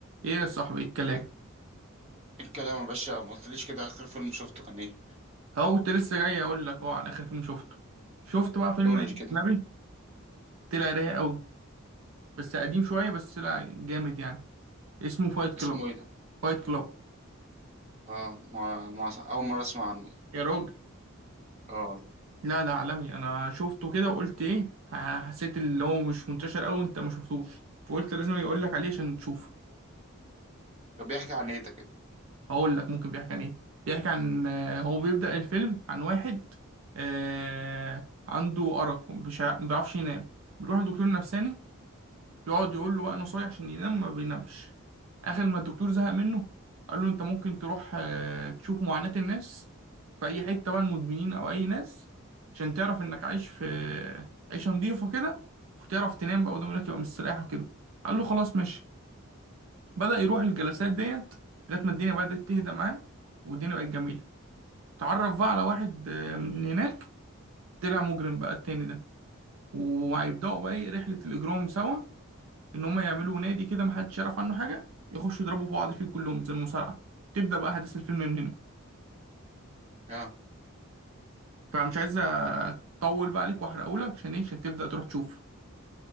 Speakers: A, on the right; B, on the right.
A: ايه يا صاحبي الكلام
B: ايه إيه الكلام يا باشا ما قلتليش كده اخر فيلم شفته كان ايه
A: هو كنت لسه جاي اقول لك هو على اخر فيلم شفته شفت بقى فيلم
B: قول
A: ايه
B: لي كده
A: اجنبي طلع رايق قوي بس قديم شويه بس طلع جامد يعني اسمه فايت كلوب
B: اسمه ايه ده
A: فايت كلوب
B: اه ما ما اول مره اسمع عنه ده
A: يا راجل
B: اه
A: لا ده عالمي انا شفته كده وقلت ايه ح- حسيت اللي هو مش منتشر قوي انت ما شفتوش فقلت لازم اقول لك عليه عشان تشوفه
B: ده بيحكي عن ايه ده كده
A: اقول لك ممكن بيحكي عن ايه بيحكي عن آه، هو بيبدأ الفيلم عن واحد آه عنده أرق ومش ع- ما بيعرفش ينام بيروح لدكتور نفساني يقعد يقول له بقى نصايح عشان ينام ما بينامش اخر ما الدكتور زهق منه قال له انت ممكن تروح آه، تشوف معاناة الناس في اي حتة بقى المدمنين او اي ناس عشان تعرف انك عايش في عيشة نضيفة كده وتعرف تنام بقى ودماغك يبقى مستريح وكده قال له خلاص ماشي بدأ يروح الجلسات ديت لغاية ما الدنيا بدأت تهدى معاه والدنيا بقت جميلة تعرف بقى على واحد آه، من هناك طلع مجرم بقى التاني ده وهيبدأوا بقى ايه رحلة الإجرام سوا ان هم يعملوا نادي كده محدش يعرف عنه حاجه يخشوا يضربوا في بعض فيه كلهم زي المصارعه تبدا بقى احداث الفيلم من هنا
B: اه
A: فمش عايز اطول بقى عليك واحرقهولك عشان ايه عشان تبدا تروح تشوفه